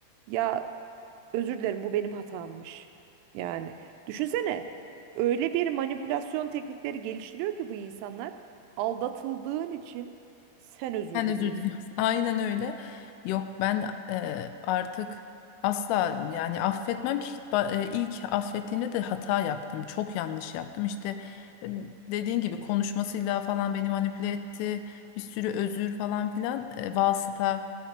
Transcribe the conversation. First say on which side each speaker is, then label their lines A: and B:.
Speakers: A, on the right; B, on the left.
A: ya özür dilerim bu benim hatammış. Yani düşünsene öyle bir manipülasyon teknikleri geliştiriyor ki bu insanlar aldatıldığın için sen özür
B: Sen
A: diliyorsun.
B: özür diliyorsun. <laughs> Aynen öyle. Yok ben e, artık asla yani affetmem ki Ba- e, ilk affettiğimde de hata yaptım. Çok yanlış yaptım. İşte e, dediğin gibi konuşmasıyla falan beni manipüle etti. Bir sürü özür falan filan e, vasıta.